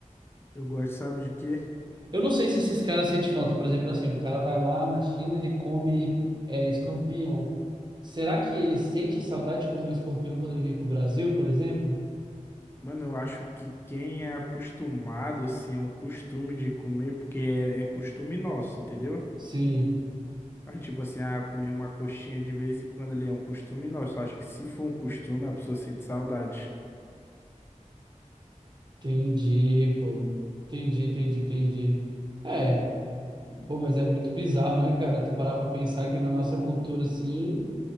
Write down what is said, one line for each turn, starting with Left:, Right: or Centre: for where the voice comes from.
Left: Eu gosto, sabe de quê?
Right: Eu não sei se esses caras sentem falta, por exemplo, assim, o cara vai lá na China, ele come é, escorpião. Será que ele sente saudade de comer escorpião quando ele vem pro Brasil, por exemplo?
Left: Mano, eu acho que quem é acostumado, assim, é um costume de comer, porque é, é costume nosso, entendeu?
Right: Sim.
Left: Aí, tipo assim, ah, comer uma coxinha de vez em quando ali é um costume nosso. Acho que se for um costume, a pessoa sente saudade.
Right: Entendi, pô. Entendi, entendi, entendi. É, pô, mas é muito bizarro, né, cara? Tu parar pra pensar que na nossa cultura, assim,